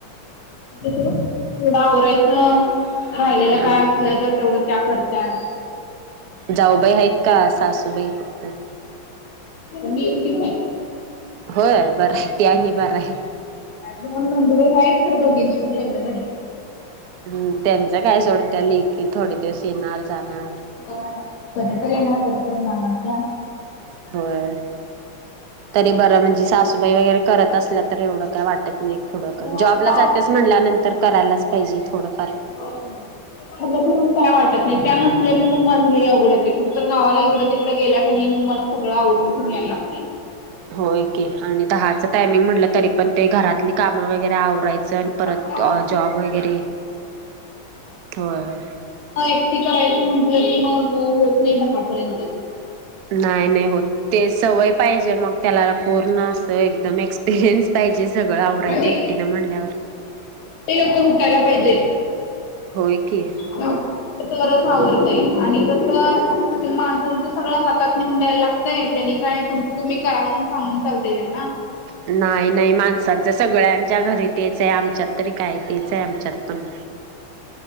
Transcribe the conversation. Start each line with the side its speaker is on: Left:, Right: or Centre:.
Left: किती थोडं आवरायच राहिलेलं
Right: हा
Left: काय असलं तर तेवढं त्या करत्यात. काय
Right: जाऊबाई आहेत का? सासूबाई फक्त.
Left: मी एकटीच हाय.
Right: होय, बरं आहे ते आणि बरं आय.
Left: दोन नंदूबाई आहे. खरं दोघींचे पण लग्न झाल्यात.
Right: हम्म त्यांच काय सोड त्या लेकी थोडे दिवस येणार, जाणार.
Left: होय, होय कधी तरी येणार, कधी तर जाणार त्या.
Right: होय, तरी बरं म्हणजे सासूबाई वगैरे करत असल्या तर एवढं काय वाटत नाही. थोडं का
Left: होय
Right: जॉबला
Left: त्या
Right: जात्यास
Left: असतात
Right: म्हटल्यानंतर करायलाच पाहिजे थोडफार.
Left: हो अ.. मग काय वाटत नाही त्या नसल्या की मग माझ लय अवगड होतय कुठ तर गावाला इकडं, तिकडे गेल्या का नाही मग मला सगळं आवरून ठेऊन यायला लागतेय.
Right: होय, की आणि दहाचं टायमिंग म्हटलं तरी पण ते घरातली कामं वगैरे आवरायच परत
Left: अकरा वाजतातच
Right: जॉब
Left: ते
Right: वगैरे,, होय,,
Left: एकटी करायच म्हटलं की मग होत नाही दहापर्यंत..
Right: नाही, नाही होत,, ते सवय पाहिजे मग त्याला पूर्ण, अस एकदम एसऽ पेेन्स पाहिजे सगळं आवरायचं,
Left: आणि
Right: एकटीनें म्हणल्यावर.
Left: ते लोकं उठायला पाहिजे.
Right: होय की.
Left: लवकर तरच आवरता येईल, आणि कस, माणसांचं सगळं हातात निेूउन द्यायला लागतऽ त्यांनी काय तुमचं तुम्ही करा म्हणून सांगून चालतय त्यांना,,
Right: नाही, नाही, माणसांच सगळ्यांच्या घरी तेच आहे, आमच्यात तरी काय? तेच आहे आमच्यात पण.
Left: <inaudible>